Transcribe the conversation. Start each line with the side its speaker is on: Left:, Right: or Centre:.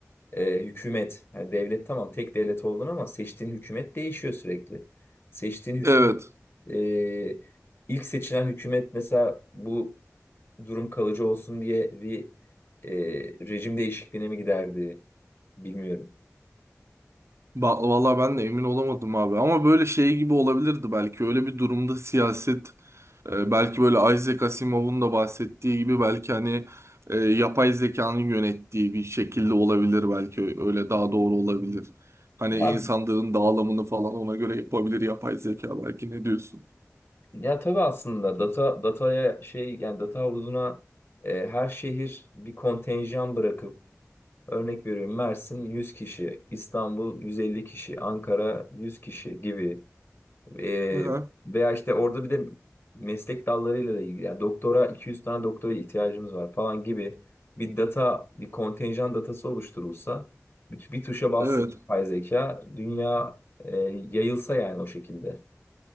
Left: e, hükümet yani devlet tamam tek devlet oldun ama seçtiğin hükümet değişiyor sürekli. Seçtiğin hüküm
Right: Evet.
Left: e, ilk seçilen hükümet mesela bu durum kalıcı olsun diye bir e, rejim değişikliğine mi giderdi bilmiyorum.
Right: Ba- Vallahi ben de emin olamadım abi. Ama böyle şey gibi olabilirdi belki. Öyle bir durumda siyaset e, belki böyle Isaac Asimov'un da bahsettiği gibi belki hani e, yapay zekanın yönettiği bir şekilde olabilir belki. Öyle daha doğru olabilir. Hani
Left: Ya
Right: insanlığın dağılımını falan ona göre yapabilir yapay zeka belki ne diyorsun?
Left: Ya tabii aslında data dataya şey yani data havuzuna e, her şehir bir kontenjan bırakıp örnek veriyorum Mersin 100 kişi, İstanbul 150 kişi, Ankara 100 kişi gibi E,
Right: Aha,
Left: veya işte orada bir de meslek dallarıyla da ilgili yani doktora 200 tane doktora ihtiyacımız var falan gibi bir data bir kontenjan datası oluşturulsa bir, bir tuşa bas
Right: evet.
Left: yapay zeka dünya e, yayılsa yani o şekilde.